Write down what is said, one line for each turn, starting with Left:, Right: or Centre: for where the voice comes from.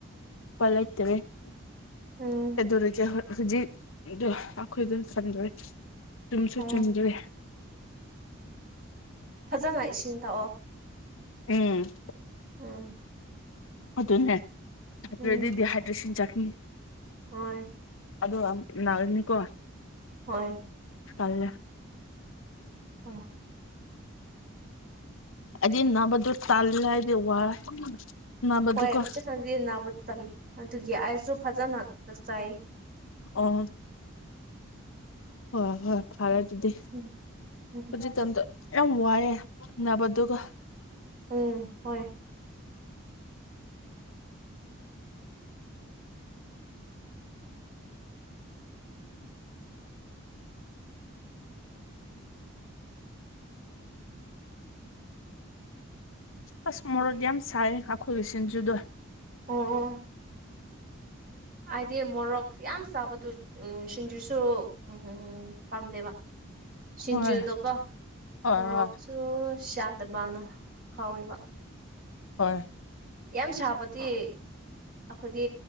Left: ꯐꯂ ꯏꯇꯦꯗꯨꯔꯒ
Right: ꯎꯝ
Left: ꯍꯧꯖꯤꯛ ꯑꯩꯈꯣꯏꯗ ꯁꯟꯗ꯭ꯔꯦ ꯆꯨꯝꯁꯨ
Right: ꯎꯝ
Left: ꯆꯨꯝꯗ꯭ꯔꯦ
Right: ꯐꯖꯅ ꯏꯁꯤꯡ ꯊꯛꯑꯣ
Left: ꯎꯝ
Right: ꯑꯝ
Left: ꯑꯗꯨꯅꯦ ꯑꯗꯨꯔꯗꯤ
Right: ꯎꯝ
Left: ꯗꯤꯍꯥꯏꯗ꯭ꯔꯦꯁꯟ ꯆꯥꯛꯅꯤ
Right: ꯍꯣꯏ
Left: ꯑꯗꯣ ꯅꯥꯅꯤꯀꯣ
Right: ꯍꯣꯏ
Left: ꯇꯜꯂꯦ
Right: ꯎꯝ
Left: ꯑꯗꯨꯗꯤ ꯅꯕꯗꯨ ꯇꯜꯂꯗꯤ ꯋꯥꯏ ꯅꯥꯕꯗꯨꯀꯣ
Right: ꯍꯣꯏ ꯍꯧꯖꯤꯛ ꯈꯥꯟꯗꯦ ꯅꯥꯕꯗ ꯇꯜꯂꯦ ꯑꯗꯨꯒꯤ ꯑꯥꯏꯁꯁꯨ ꯐꯖꯅ ꯉꯥꯛꯆꯥꯏꯌꯦ
Left: ꯑꯣ ꯍꯣꯏ ꯍꯣꯏ ꯐꯔꯦ ꯑꯗꯨꯗꯤ
Right: ꯎꯝ ꯎꯝ
Left: ꯍꯧꯖꯤ ꯇꯗ ꯌꯥꯝ ꯋꯥꯏꯦ ꯅꯅꯥꯕꯗꯨꯒ
Right: ꯎꯝ ꯍꯣꯏ
Left: ꯑꯁ ꯃꯣꯔꯗꯤ ꯌꯥꯝ ꯆꯥꯏ ꯍꯥꯈꯨ ꯁꯤꯟꯖꯨꯗ
Right: ꯑꯣ ꯑꯣ ꯍꯥꯏꯗꯤ ꯃꯣꯔꯣꯛ ꯌꯥꯝ ꯁꯥꯕꯗꯨ ꯎ ꯁꯤꯡꯖꯨꯁꯨ ꯎꯝꯝ ꯎꯝ ꯄꯥꯝꯗꯦꯕ ꯁꯤꯡꯖꯨꯗꯣꯀꯣ
Left: ꯍꯣꯏ ꯍꯣꯏ
Right: ꯃꯣꯔꯣꯛꯁꯨ
Left: ꯍꯣꯏ
Right: ꯆꯥꯗꯕꯥꯅ ꯍꯥꯎꯣꯏꯕ
Left: ꯍꯣꯏ
Right: ꯌꯥꯝ ꯁꯥꯕꯗꯤ ꯑꯩꯈꯣꯏꯗꯤ